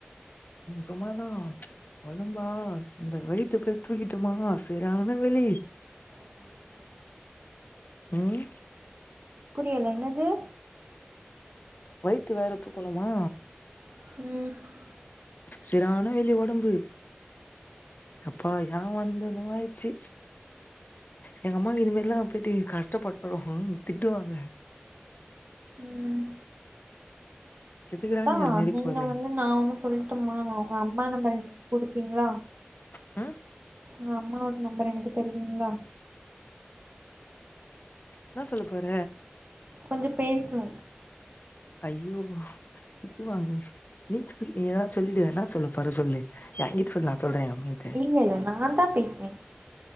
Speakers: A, on the left (about 50°); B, on the right (about 45°).
A: சும்மாதா வணும்பா இந்த வெயிட்ட போய் தூக்கிட்டமா செரியான வெலி
B: ஆமா <unintelligible>
A: ம்
B: புரியலென்னது
A: போய்ட்டு வாரத்துகுள்ளமா
B: ம்
A: செரியான வெளி ஒடம்பு எப்பா ஏ வந்தனு ஆயிச்சு எங்க அம்மாக்கு இதுமாரில்லா புட்டி கஷ்டப்படுத்துறுகோ திட்டுவாங்க
B: ம்
A: எதுக்குடா
B: அதா
A: நீ அது மாரி
B: நீங்க
A: போற
B: வந்து நா ஒண்ணு சொல்ட்டுமா உங்க உங்க அம்மானு பயந்துட் குடுப்பீங்ளா
A: ஆ
B: உங்க அம்மாவோட நம்பர் எனக்கு தருவீங்களா
A: இன்னா சொல்ல போற
B: கொஞ்சொ பேஸ்ணு
A: ஐய்யோ திட்டு வாங்கே நீ சொல் நீ எதுனா சொல்லிடுவ இன்னா சொல்லபோறா சொல்லு ஏங்கிட் சொல் நா சொல்ற எ அம்மாகிட்ட
B: இல்லல்ல நாந்தா பேசுவே